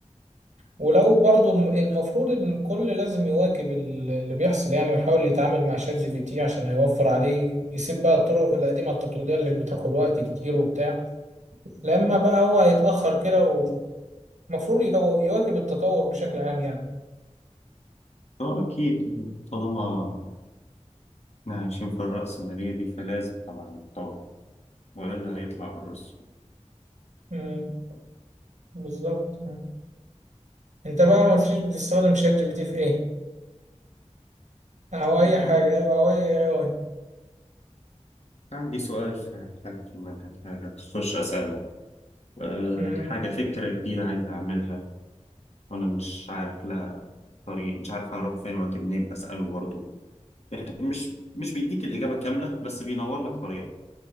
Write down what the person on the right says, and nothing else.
ولو برضو الم- المفروض ان الكل لازم يواكب ال- اللي بيحصل يعني ويحاول يتعامل مع شات جي بي تي عشان يوفر عليه يسيب بقى الطرق القديمة التقليدية اللي بتاخد وقت كتير وبتاع لما بقى هو هيتأخر كده ومفروض يجو- يواكب التطور بشكل عام يعني
امم بالظبط مم. انت بقى ما قلتليش بتستخدم شات جي بي تي في ايه او اي
حاجة او او اي اي اي
امم